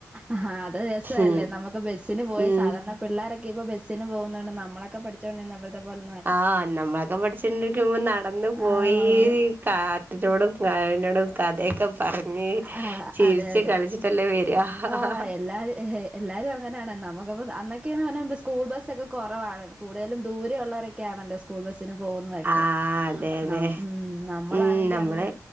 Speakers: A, on the right (about 15°); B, on the right (about 30°).
A: ആഹ് അത് രസാലെ
B: ഉം
A: നമ പ്പ ബസ്സിന് പോയി
B: ഉം
A: സാധാരണ പിള്ളാരൊക്കെ ഇപ്പോ ബസ്സിന് പോന്നോണ്ട് നമ്മളൊക്കെ പഠിച്ചോണ്ടിര്ന്നപ്ലത്തെ പോലെ
B: ആഹ് നമ്മളൊക്കെ പഠിച്ചോണ്ടിരിക്കുമ്പോ വന്ന് പോയി
A: ആഹ്
B: കാറ്റിനോടും കാടിനോടും കഥയൊക്കെ പറഞ്ഞ്
A: ആഹ്
B: ചിരിച്ച്
A: അതെ അതെ
B: കളിച്ചിട്ടല്ലേ വെരാഹഹഹ
A: ആഹ് എല്ലാരും എല്ലാരും അങ്ങനാണ് നമുക്കപ്പം അന്നൊക്കേന്ന് പർഞ്ഞാ സ്കൂൾ ബസ്സൊക്കെ കൊറവാണ് കൂട്തലും ദൂരെ ഉള്ളോരൊ ക്കെ ആണല്ലോ സ്കൂൾ ബസ്സിന് പോകുന്നതൊക്കെ
B: അതെ അതെ
A: ഉം നമ്മളാണെങ്കി
B: ഉം നമ്മള്
A: അന്ന്